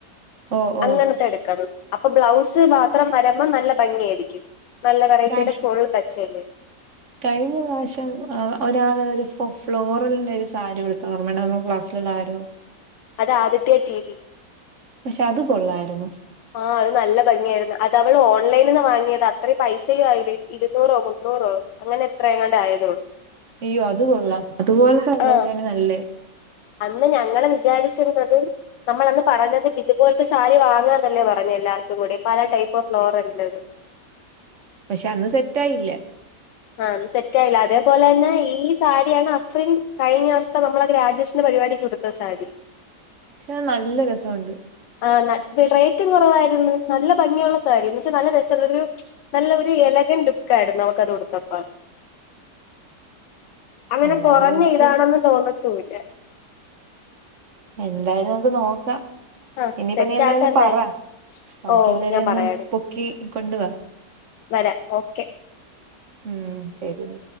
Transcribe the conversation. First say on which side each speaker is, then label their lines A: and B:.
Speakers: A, on the right (about 50°); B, on the left (about 85°).
A: ഓ ഓ
B: അങ്ങനത്തെ എടുക്കണം അപ്പൊ ബ്ലൗസ് മാത്രം വരാ.. അപ്പം നല്ല ഭംഗി ആയിരിക്കും നല്ല വെറൈറ്റിയുടെ
A: കഴി-
B: ഫുൾ തച്ചല്ലേ
A: കഴിഞ്ഞ പ്രാവശ്യം ഒരാള് ഒരു ഫ ഫ്ലോറൽന്റെ ഒരു സാരി ഉടുത്തു ഓർമ്മയണ്ടോ നമ്മൾ ക്ലാസ്സിലുള്ള ആരോ
B: അത് ആദിത്യ ടി വി
A: പക്ഷെ അത് കൊള്ളായിരുന്നു
B: ആഹ അത് നല്ല ഭംഗിയായിരുന്നു തഅവള് ഓൺലൈനിൽ നിന്ന് വാങ്ങിയതാ അത്രയും പൈസയൂം ആയില്ല ഇരുന്നൂറോ മുന്നൂറോ അങ്ങനെ എത്രയെങ്ങാണ്ട് ആയതേ ഉള്ളൂ
A: അയ്യോ അത് കൊള്ളാം അതുപോലെ വല്ലതാണ്
B: ആഹ്
A: നല്ല
B: അന്ന് ഞങ്ങള് വിചാരിച്ചിരുന്നത് നമ്മളന്ന് പറഞ്ഞത് ഇതുപോലത്തെ സാരി വാങ്ങാന്നല്ലേ പറഞ്ഞേ എല്ലാർക്കും കൂടി പല ടൈപ്പ് ഫ്ലോർല്ലത്
A: പക്ഷെ അന്ന് സെറ്റായില്ല
B: ആഹ സെറ്റായില്ല അതേപോലെ തന്നെ ഈ സാരിയാണ് അഫ്രീൻ കഴിഞ്ഞുസത്തെ നമ്മളെ ഗ്രേഡുവേഷൻ്റെ പരിപാടിക്ക് ഉടു സാരീ
A: പക്ഷെ നല്ല രസമുണ്ട്
B: ആ റേറ്റും കുറവായിരുന്നു നല്ല ഭംഗിയുള്ള സാരി ന്നവച്ചാ നല്ല രസമുള്ളരു നല്ല ഒരു എലകൻ ലുക്കായിരുന്നു അവർക്കത് ഉടുത്തപ്പോ അങ്ങനെ
A: എന്തായാലും
B: കൊറഞ്ഞ
A: നമുക്ക്
B: ഇതാണെന്ന് തോന്നത്തൂല്ല
A: എന്തായാലും നമക്ക് നോക്കാം
B: ആഹ്
A: ഇനിപ്പോ
B: സെറ്റ്
A: നീ എന്തായല്
B: ആക്ക എന്തായാലും
A: പറ ബാക്കി
B: ഓഹ്
A: എല്ലാരെം
B: ഞാൻ
A: ഒന്ന്
B: പറയാടി
A: പൊക്കി കൊണ്ടുവ.
B: വരാം ഓക്കെ
A: ഉം ശരി ന്നാ